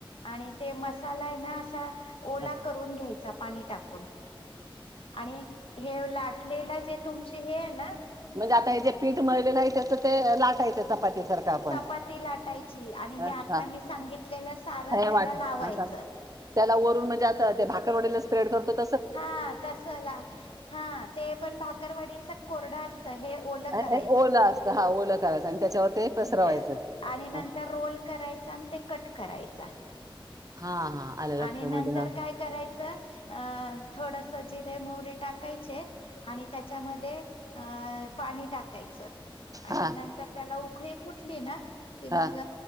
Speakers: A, on the left (about 75°); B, on the right (about 40°).
A: आणि ते मसाला आहे ना. असा ओला
B: हा.
A: करून घ्यायचा पाणी टाकून. आणि हे लाटलेला जे तुमचे हे आहे ना.
B: म्हणजे आता हे जे पीठ मळलेलं आहे. त्याचं ते लाटायचं चपाती. सारखं आपण
A: चपाती लाटायची. आणि
B: हा
A: हे आता
B: हा.
A: मी सांगितलेलं सारण
B: हे
A: त्याला
B: वाट
A: लावायचं.
B: हा चाल. त्याला वरून म्हणजे आता ते भाकरवडीला स्प्रेड करतो. त्या
A: हा तसला, हा ते पण भाकरवाडीचा कोरडा असत. हे ओल
B: अ-
A: करायचं.
B: अ- ओलं असतं हा ओलं करायचं आणि त्याच्यावर पसरवायचं.
A: ते आणि नंतर
B: हा
A: रोल करायचा न ते कट करायचा.
B: हा हा आलं
A: आणि
B: लक्षामध्ये
A: नंतर
B: हा.
A: काय करायचं अ थोड स जिरे, मोहरी टाकायचे आणि त्याच्यामध्ये अ पाणी टाकायचं. आणि
B: हा
A: नंतर त्याला उकळी फुटली ना की,
B: हा
A: मग